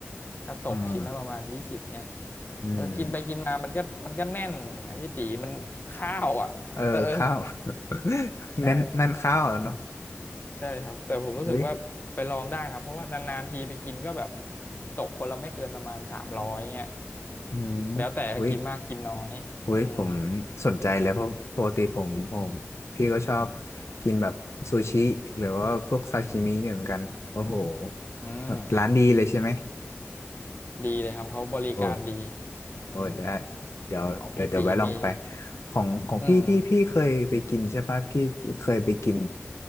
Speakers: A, on the left (about 45°); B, on the left (about 80°).
A: ก็ตกชิ้นละประมาณยี่สิบเนี่ย
B: เอออืม
A: เออกินไปกินมามันก็มันก็แน่นนะพี่ตีมันข้าวอ่ะเออเออ
B: เออข้าว <laughs>
A: ใช่
B: นั่นนั่นข้าวเหรอเนาะ
A: ใช่ครับแต่ผมรู้สึกว่าไปลองได้ครับเพราะว่านานๆทีไปกินก็แบบ
B: อุ้ย
A: ตกคนละไม่เกินประมาณสามร้อยเนี่ย
B: อืม
A: แล้วแต่กินมากกินน้อยอืม
B: อุ้ย เว้ยผมสนใจเลยเพราะปกติผมผมพี่ก็ชอบกินแบบซูชิหรือว่าพวกซาชิมิเนี่ยเหมือนกันโอ้โห
A: อืม
B: แบบร้านดีเลยใช่ไหม
A: ดีเลยครับเขาบริการดี
B: โอ้โอ้ได้
A: อืม
B: เดี๋ยวเดี๋ยวเดี๋ยวแวะลองไป
A: ของพี่ตีมี
B: ของของพี่ที่พี่เคยไปกินใช่ปะพี่เคยไปกิน
A: อืม